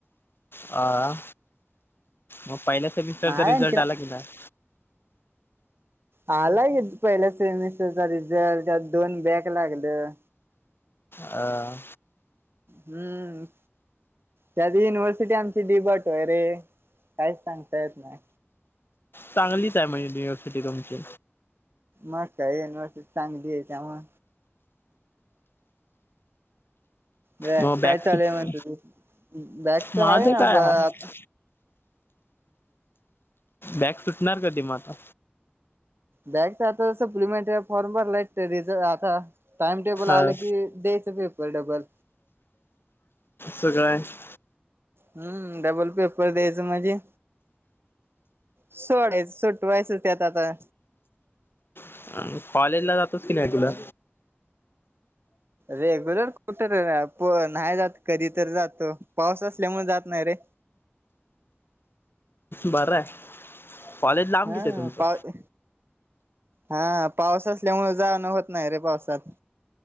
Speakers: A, on the left (about 65°); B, on the right (about 75°).
A: आ, मग पहिल्या सेमिस्टरचा
B: नाही
A: रिझल्ट
B: आणखी
A: आला की नाही?
B: आला की पहिल्या सेमिस्टरचा रिझल्ट त्यात दोन बॅक लागलं.
A: आ.
B: हम्म. त्यात युनिव्हर्सिटी आमची डिबट आयरे, काय सांगता येत नाही.
A: चांगलीच आहे म युनिव्हर्सिटी तुमची.
B: मग काय युनिव्हर्सिटी चांगली आहे त्यामुळ ब
A: मग
B: काय
A: बॅग
B: चा
A: सुट
B: <unintelligible> म्हणत तू, बॅग च
A: माझं
B: हाय ना
A: काय
B: ब
A: आहे बॅक सुटणार कधी म आता?
B: बॅगच आता सप्लिमेंट फॉर्म भर लाई <unintelligible> आता टाइम टेबल
A: अ
B: आलं की <unintelligible> येतोय डबल
A: सगळ्यांची
B: हम्म डबल पेपर द्यायचं म्हंजे सोडाय सुटवायचं त्यात आता
A: आहे कॉलेजला जातोस की नाइ तुला
B: रेग्युलर कुठ र प नाही जात कधी तर जातो पाऊस असल्यामुळे जात नाही रे.
A: बराय कॉलेज लांब
B: हा
A: कितीय तुमचं?
B: पाव हा पाऊस असल्यामुळ जाणं होत नाही रे पावसात